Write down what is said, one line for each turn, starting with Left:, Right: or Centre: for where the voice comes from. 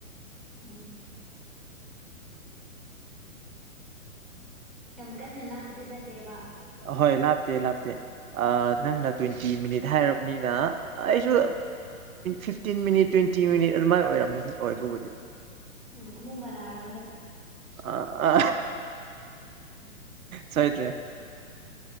Centre: ꯎꯝ ꯌꯥꯝ ꯀꯟꯅꯂ ꯄꯗꯤꯅ ꯇꯕ
Right: ꯍꯣꯏ ꯂꯥꯞꯇꯤ ꯂꯥꯞꯇꯤ ꯅꯛꯅ ꯗꯣꯢ ꯃꯤꯅꯤꯠ ꯍꯥꯏꯔꯕꯅꯤꯅ ꯑꯩꯁꯨ꯭ ꯐꯤꯐꯇꯤꯟ ꯃꯤꯅꯤꯠ ꯇ꯭ꯋꯦꯟꯇꯤ ꯃꯤꯅꯤꯠ ꯑꯗꯨꯃꯥꯏꯅ ꯑꯣꯏꯔꯝꯅꯤ ꯑꯣꯏꯕꯕꯨꯗꯤ
Centre: ꯎꯝ ꯃꯅꯔ
Right: ꯑ ꯑ ꯁꯣꯏꯗ꯭ꯔꯤ